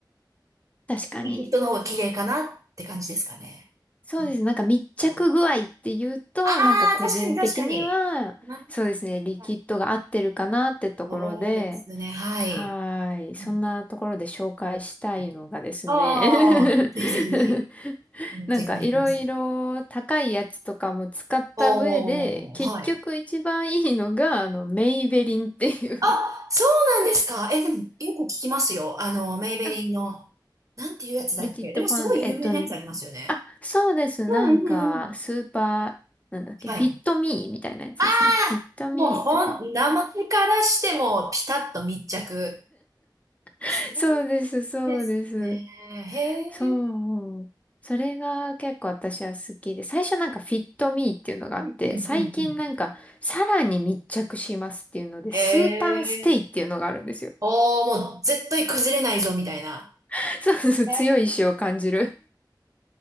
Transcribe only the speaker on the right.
きっとの方が綺麗かなって感じですかね。
うん、
ああ、
確かに確かに。なん
かそうですね。はい。
うんはい。ああ、ぜひぜひぜひ。
めっちゃ気になります。
おー、
はい。
あ、そうなんですか。え、でも、よく聞きますよ。あの、メイベリンの、
なんていうやつだっけ。
でも、すごい有名なやつありますよね。
うんうんうん。
はい。
あ
あもう、ほん、名前からしても、ピタッと密着。
そ
うですね。へえ。
うんうんうん。
ええ。
おー、もう絶対崩れないぞ、みたいな。
へえ